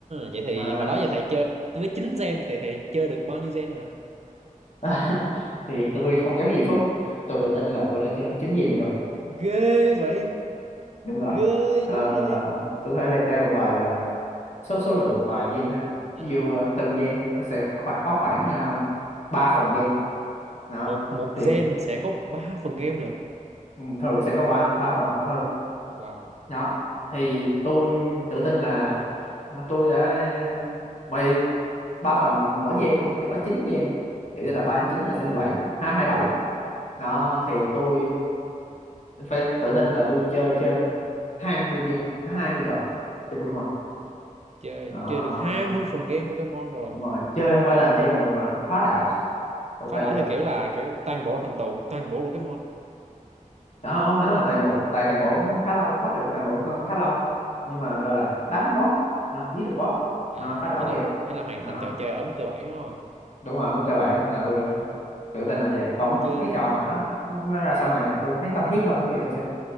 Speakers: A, on the right (about 55°); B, on the left (about 55°).
A: vậy thì
B: À,
A: hồi đó giờ thầy chơi với 9 gen thì thầy chơi được bao nhiêu gen rồi?
B: <laughs> thì tôi không giấu gì Phúc tôi tự tin là tôi đã chơi hết chín game rồi
A: Ghê vậy,
B: đúng rồi
A: ghê
B: Ờ,
A: dữ vậy.
B: tôi có thể liệt kê một vài à, số số lượng một vài gen. ha
A: À,
B: ví dụ à, từng gen thì nó sẽ khoảng có khoảng uh, 3 phần game đó
A: một một
B: thì
A: gen sẽ có 3 phần game lận.
B: ừ, thường sẽ có qua ba phần hoặc hơn
A: Wow.
B: đó thì tôi tự tin là à, tôi đã à, mày ba phần mỗi gen đúng không thì có chín gen thì tức là ba nhân chín là sáu mươi bảy hai hai bảy
A: Ồ,
B: đó thì tôi phải tự tin là tôi chơi trên hai mươi gen 20 trò trên Pokemon
A: chơi
B: đó
A: chơi được hai mươi phần game Pokemon rồi.
B: đúng rồi chơi không phải là chơi bình thường mà là phá đảo ok
A: phá đảo
B: chưa
A: theo kiểu là kiểu toàn bộ thành tựu toàn bộ Pokemon
B: đó không hẳn là toàn bộ tại toàn bộ cũng khá lâu bắt được toàn bộ cũng khá lâu nhưng mà gọi là đánh boss à, giết được boss
A: à
B: à, phá đảo
A: ý là
B: game
A: ý là hoàn
B: đó
A: thành trò chơi ở mức cơ bản đúng không
B: đúng rồi mức cơ bản là tôi
A: Ờ,
B: đã tự tin là vậy còn mấy
A: ghê
B: mấy
A: vậy
B: trò
A: trời
B: mà nó nó ra sau này mà tôi thấy tâm huyết hơn á, thì tôi sẽ